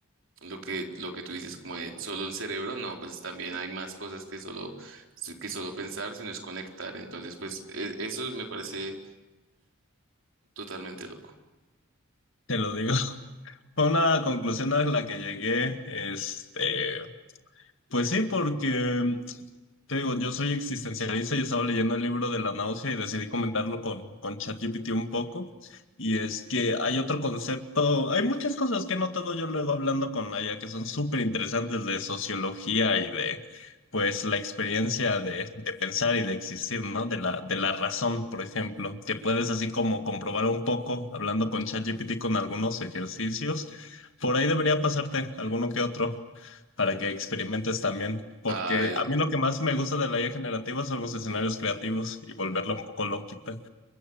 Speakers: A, on the right; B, on the left.
A: Lo que, lo que tú dices, como de solo el cerebro, no, pues también hay más cosas que solo, que solo pensar, sino es conectar. Entonces, pues e- eso me parece Totalmente loco.
B: te lo digo. Fue una conclusión a la que llegué, este, pues sí, porque te digo, yo soy existencialista y estaba leyendo el libro de la náusea y decidí comentarlo con, con ChatGPT un poco. Y es que hay otro concepto, hay muchas cosas que he notado yo luego hablando con la IA que son súper interesantes de sociología y de, pues, la experiencia de, de pensar y de existir, ¿no? De la, de la razón, por ejemplo, que puedes así como comprobar un poco hablando con ChatGPT con algunos ejercicios. Por ahí debería pasarte alguno que otro para que experimentes también, porque
A: Ah, eh,
B: a mí lo que más me gusta de la IA generativa son los escenarios creativos y volverla un poco loquita.